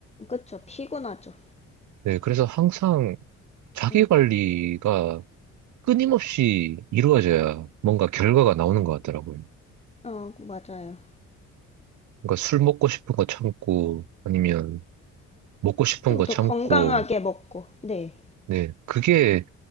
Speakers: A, on the left; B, on the right.
A: 그쵸. 피곤하죠.
B: 네 그래서 항상 자기
A: 네.
B: 관리가 끊임없이 이루어져야 뭔가 결과가 나오는
A: 네.
B: 것 같더라고요.
A: 어, 맞아요.
B: 그러니까 술 먹고 싶은 거 참고 아니면 먹고 싶은
A: 좀
B: 거
A: 더
B: 참고
A: 건강하게 먹고. 네.
B: 네 그게